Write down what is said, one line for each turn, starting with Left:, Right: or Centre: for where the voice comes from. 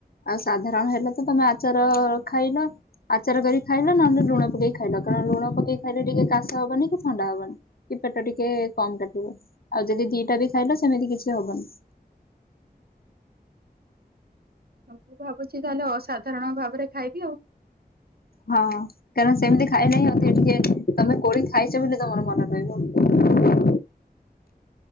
Left: ଆଉ ସାଧାରଣ ହେଲେ ତ ତମେ ଆଚାର ଖାଇଲ। ଆଚାର କରି ଖାଇଲ ନହେଲେ ଲୁଣ ପକେଇ ଖାଇଲ କାରଣ ଲୁଣ ପକେଇ ଖାଇଲେ ଟିକେ କାଶ ହବନି କି ଥଣ୍ଡା ହବନି‌। କି ପେଟ ଟିକେ କମ କାଟିବ ଆଉ ଯଦି ଦିଟା ବି ଖାଇଲ ସେମିତି କିଛି ହବନି।
Right: ମୁଁ ଭାବୁଛି ତାହେଲେ ଅସାଧାରଣ ଭାବରେ ଖାଇବି ଆଉ।
Left: ହଁ କାରଣ ସେମିତି ଖାଇନାହିଁ ଅଧିକ ଟିକେ ତମେ କୋଠି ଖାଇଛ ବୋଲି ତମର ମନେ ରହିବ।